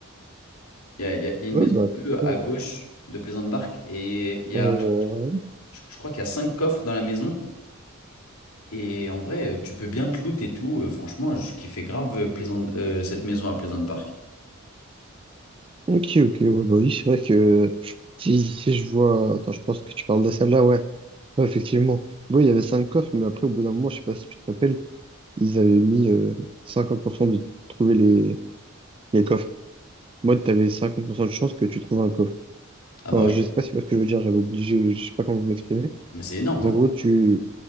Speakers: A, on the left (about 90°); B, on the right (about 25°).
A: Il y a, il y a- il y a une
B: Ouais,
A: maison
B: bah,
A: bleue
B: tiens,
A: à
B: ouais.
A: gauche de Plaisante Barque et il y
B: Euh,
A: a, je, je crois qu'il y a cinq coffres dans la maison. Et en vrai, euh, tu peux bien te loot et tout. Euh, Franchement, je kiffais grave euh, Plaisante- euh, cette maison à Plaisante Park.
B: ok, ok, ouais, bah oui, c'est vrai que si, si je vois. Attends, je pense que tu parles de celle-là, ouais. Ouais, effectivement. Bon, il y avait cinq coffres, mais après, au bout d'un moment, je sais pas si tu te rappelles, ils avaient mis euh, 50% de trouver les, les coffres. Moi, t'avais cent de chance que tu trouves un coffre.
A: Ah bah
B: Enfin,
A: oui,
B: je sais pas si tu vois ce que je veux dire, j'avais obligé, je sais pas comment m'exprimer.
A: mais c'est énorme ça.
B: En gros, tu...